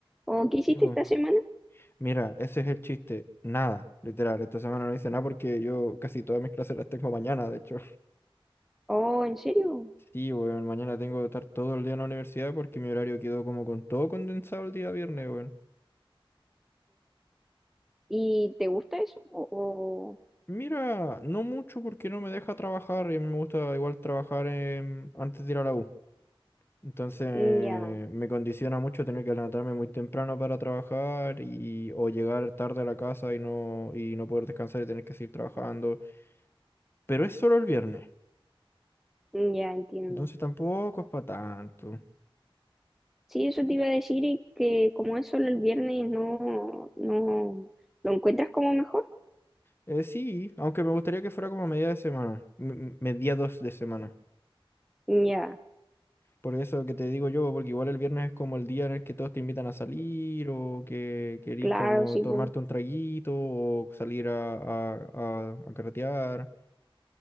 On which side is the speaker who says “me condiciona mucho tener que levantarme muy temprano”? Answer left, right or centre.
Left